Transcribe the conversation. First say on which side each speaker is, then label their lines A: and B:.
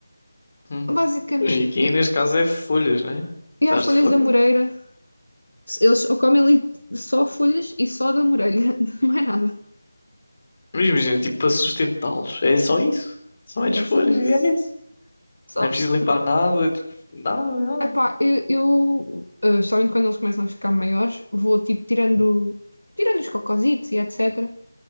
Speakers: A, on the left; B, on the left.
A: Hum.
B: basicamente.
A: Pois, e aqui
B: E,
A: neste caso é folhas, né?
B: e há
A: Daste
B: folhas
A: folhas?
B: da Moreira, eles ou comem ali só folhas e só da Moreira, <laughs> não é nada,
A: Mas imagina, tipo, para sustentá-los. É só isso. Só metes
B: é
A: folhas
B: só isso.
A: e é isso.
B: Só
A: Não é preciso limpar nada, tipo, nada, nada.
B: Epá, eu, eu ah, somente quando eles começam a ficar maiores, vou tipo tirando, tirando os cocositos e etc.